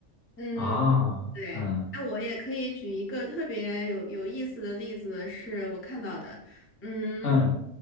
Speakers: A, on the left; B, on the left.
A: 嗯。
B: 啊，
A: 对，
B: 嗯
A: 哎，我也可以举一个特别有有意思的例子，是我看到的。嗯，
B: 嗯